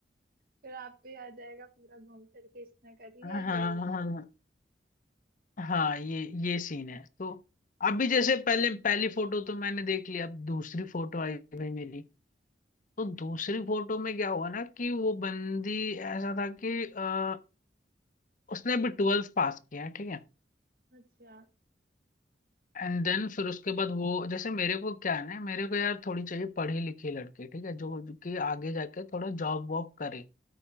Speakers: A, on the right; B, on the left.
A: फिर आप भी आ जाएगा पूरा घूम फिर के इसने करी
B: हाँ
A: है
B: हाँ
A: यही
B: हाँ। हाँ ये ये सीन है तो अभी जैसे पहले पहली फोटो तो मैंने देख ली अब दूसरी फोटो आई भाई मेरी तो दूसरी फोटो में क्या हुआ ना कि वो बंदी ऐसा था कि आ, उसने अभी ट्वेल्थ पास किया है ठीक है
A: अच्छा
B: एंड देन फिर उसके बाद वो जैसे मेरे को क्या है ना मेरे को यार थोड़ी चाहिए पढ़ी लिखी लड़की ठीक है जो जो कि आगे जाके थोड़ा जॉब वॉब करे